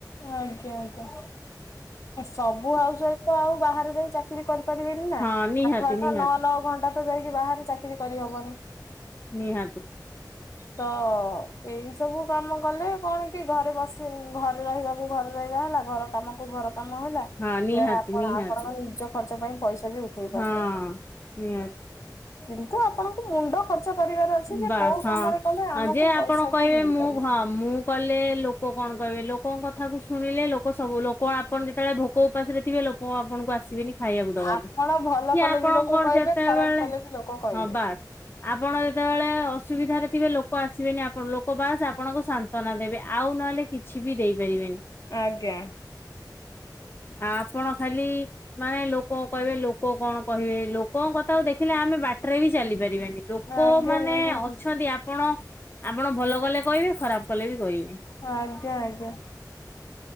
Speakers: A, on the left; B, on the left.
A: ଆଜ୍ଞା ଆଜ୍ଞା। ସବୁ ହାଉସ ୱାଇଫ ତ ଆଉ ବାହାରେ ଯାଇ ଚାକିରି କରିପାରିବେନି ନା
B: ହଁ ନିହାତି
A: ଆଠ ଆଠ
B: ନିହାତି
A: ନଅ ନଅ ଘଣ୍ଟା ଯାଇକି ବାହାରେ ଚାକିରି କରିହବନି।
B: ନିହାତି।
A: ତ ଏଇ ସବୁ କାମ କଲେ କଣ କି ଘରେ ବସି ଘରେ ରହିବାକୁ ଘରେ ରହି ହେଲା ଘର କାମକୁ ଘର କାମ ହେଲା
B: ହଁ ନିହାତି
A: ଇଆଡେ ଆପଣ
B: ନିହାତି।
A: ଆପଣଙ୍କ ନିଜ ଖର୍ଚ୍ଚ ପାଇଁ ପଇସା ବି ଉଠେଇ
B: ହଁ
A: ପାରିବେ।
B: ନିହାତି।
A: କିନ୍ତୁ ଆପଣଙ୍କୁ ମୁଣ୍ଡ ଖର୍ଚ୍ଚ କରିବାର ଅଛି ଯେ
B: ବାସ୍
A: କୋଉ କାମରେ କଲେ
B: ହଁ
A: ଆମକୁ
B: ଯେ ଆପଣ
A: ପଇସା
B: କହିବେ
A: ଟା ମିଳିପାରିବ।
B: ମୁଁ ହଁ ମୁଁ କଲେ ଲୋ ଲୋକ କଣ କହିବେ ଲୋକଙ୍କ କଥାକୁ ଶୁଣିଲେ ଲୋକ ସବୁ ଲୋକ ଆପଣ ଯେତେବେଳେ ଭୋକ ଉପାସରେ ଥିବେ ଲୋକ ଆପଣ ଆସି କିବେନି ଖାଇବାକୁ ଦବାକୁ
A: ଆପଣ ଭଲ
B: କିଏ
A: କଲେ
B: ଆପଣଙ୍କ
A: ବି ଲୋକ
B: କଣ
A: କହିବେ
B: ଯେତେବେଳେ
A: ଖରାପ କଲେ ବି ଲୋକ କହିବେ।
B: ହଁ ବାସ୍ ଆପଣ ତେବେଳେ ଅସୁବିଧାରେ ଥିବେ ଲୋକ ଆସିବେନିଆପଣ ଲୋକ ବାସ୍ ଆପଣଙ୍କୁ ସାନ୍ତ୍ୱନା ଦେବେ ଆଉ ନହେଲେ କିଛି ବି ଦେଇପାରିବେ ବେନି
A: ଆଜ୍ଞା।
B: ଆ ଆପଣ ଖାଲି ମାନେ ଲୋକ କହିବେ ଲୋକ କଣ କହିବେ ଲୋକଙ୍କ କଥାକୁ ଦେଖିଲେ ଆମେ ବାଟରେ ବି ଚାଲି ପାରିବାନି ଲୋକ ଲୋକ
A: ଆଜ୍ଞା
B: ମାନେ
A: ନିହାତି
B: ଅଛନ୍ତି ଆପଣ ଆପଣ ଭଲ କଲେ କହିବେ ଖରାପ କଲେ ବି କହିବେ।
A: ହ ଆଜ୍ଞା ଆଜ୍ଞା।